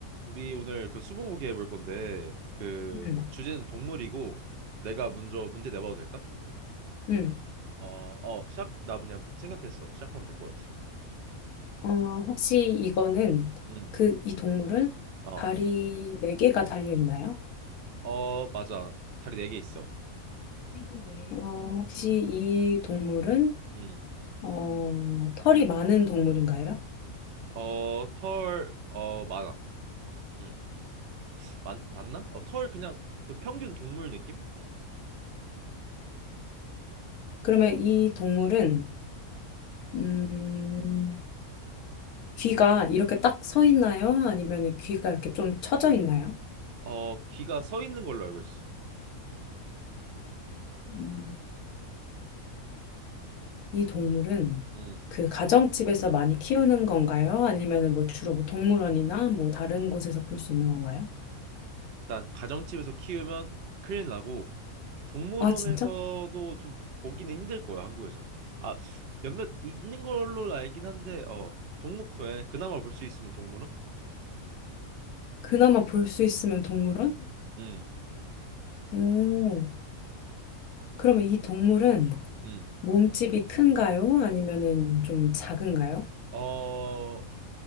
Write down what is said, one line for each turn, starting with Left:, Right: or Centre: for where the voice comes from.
Right: 우리 오늘 그 스무고개 해볼 건데 그
Left: 음,
Right: 주제는 동물이고 내가 먼저 문제 내봐도 될까?
Left: 음.
Right: 어, 어, 시작 나 그냥 생각했어. 시작하면 될 것 같아.
Left: 어, 혹시 이거는
Right: 응.
Left: 그, 이 동물은
Right: 어.
Left: 발이 네개가 달려 있나요?
Right: 어, 맞아. 다리 네 개 있어.
Left: 네. 어, 혹시 이 동물은
Right: 응.
Left: 어, 털이 많은 동물인가요?
Right: 어, 털, 어, 많아. 응. 맞, 맞나? 어, 털 그냥 그 평균 동물 느낌?
Left: 그러면 이 동물은 음, 귀가 이렇게 딱 서 있나요? 아니면 귀가 이렇게 좀 처져 있나요?
Right: 어, 귀가 서 있는 걸로 알고 있어.
Left: 음, 이 동물은
Right: 응.
Left: 그 가정집에서 많이 키우는 건가요? 아니면 뭐 주로 뭐 동물원이나 뭐 다른 곳에서 볼 수 있는 건가요?
Right: 일단 가정집에서 키우면 큰일 나고 동물원에서도
Left: 아, 진짜?
Right: 좀 보기는 힘들 거예요, 한국에서. 아, 몇몇 있는 걸로 알긴 한데 어, 동물원에 그나마 볼 수 있으면 동물원?
Left: 그나마 볼 수 있으면 동물원?
Right: 음.
Left: 오, 그러면 이 동물은
Right: 음.
Left: 몸집이 큰가요? 아니면은 좀 작은가요?
Right: 어,